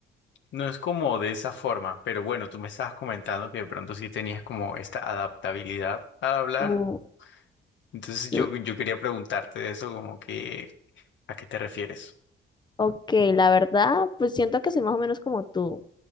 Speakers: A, on the left (about 70°); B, on the left (about 20°).
A: no es como de esa forma. Pero bueno, tú me estabas comentando que de pronto sí tenías como esta adaptabilidad al hablar.
B: Uh,
A: Entonces yo,
B: l-
A: yo quería preguntarte de eso, como que ¿A qué te refieres?
B: ok, la verdad, pues siento que soy más o menos como tú.